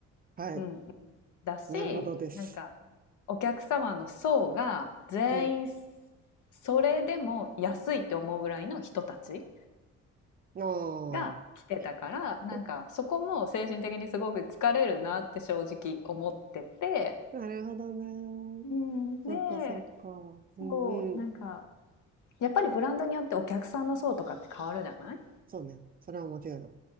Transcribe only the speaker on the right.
はい。
なるほどです。
うん。
あ
あ。<laughs> なるほどね。
そうか、そうか。うん、
うん。
そうね。それは間違いない。